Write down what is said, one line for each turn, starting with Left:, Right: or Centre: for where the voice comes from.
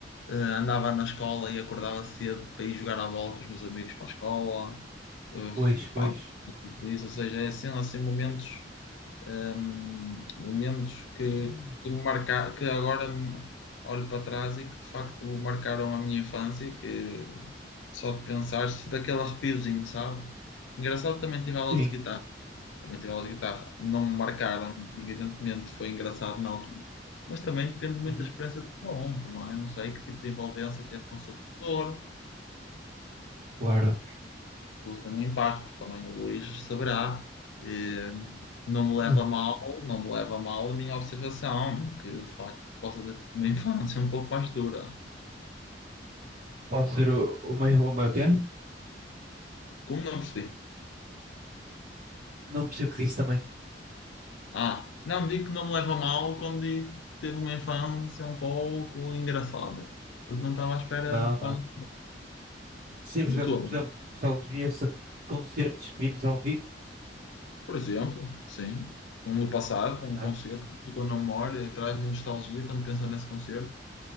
Left: Eh, andava na escola e acordava cedo para ir jogar à bola com os meus amigos para a escola. Eh,
Right: Pois,
Left: pá,
Right: pois.
Left: isso, ou seja, é assim, assim momentos, ehm, momentos que,
Right: Hum.
Left: que, me marca, que agora me- olho para trás e que de facto marcaram a minha infância, que só de pensar, se daquele arrepiozinho, sabe? Engraçado que também tive aulas
Right: Sim.
Left: de guitarra. Também tive aulas de guitarra. Não me marcaram, evidentemente, foi engraçado na altura mas também depende muito
Right: Uhum,
Left: da experiência de cada um também. Eu não sei que tipo de envolvência teve com o seu professor,
Right: claro.
Left: se isso tem impacto, também o Luís saberá. Eh, não me leva
Right: É.
Left: a mal, não me leva a mal a minha observação, que de facto possa ter tido uma <laughs> infância um pouco mais dura.
Right: Pode ser o, o meu, o meu quê?
Left: Como não percebi?
Right: Não percebo o que disse também.
Left: Ah, não digo que não me leva a mal quando digo que teve uma infância um pouco engraçada, porque não estava à espera
Right: Não,
Left: de quando
Right: não. Sim, por
Left: de
Right: exemplo,
Left: todo.
Right: por exemplo, nostalgia-se concertos que vimos ao vivo,
Left: Por exemplo, sim, um do passado, um
Right: não
Left: concerto
Right: é?
Left: que ficou na memória, e traz nostalgia quando pensa nesse concerto.